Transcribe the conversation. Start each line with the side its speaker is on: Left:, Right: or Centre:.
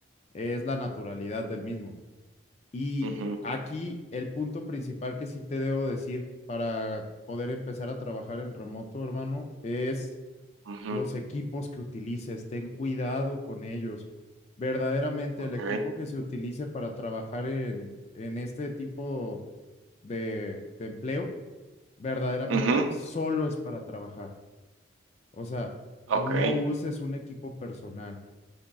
Left: es la naturalidad del mismo. Y
Right: Ujú,
Left: aquí el punto principal que sí te debo decir para poder empezar a trabajar en remoto, hermano, es
Right: ujú,
Left: los equipos que utilices, ten cuidado con ellos. Verdaderamente
Right: ok,
Left: el equipo que se utilice para trabajar en, en este tipo de, de empleo, verdaderamente
Right: ujú,
Left: solo es para trabajar. O sea,
Right: ok,
Left: no uses un equipo personal.